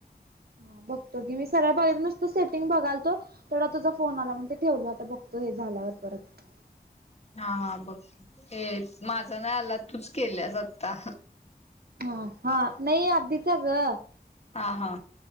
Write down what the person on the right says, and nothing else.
हा बघतो की मी सरळ बघितल नसलं नुसता सेटिंग बघालतो तेवढ्यात तुझा फोन आला म्हणून ते ठेव जाआता बघ तुह्य झाल्यावर परत.
ह हा नाही आधीचा ग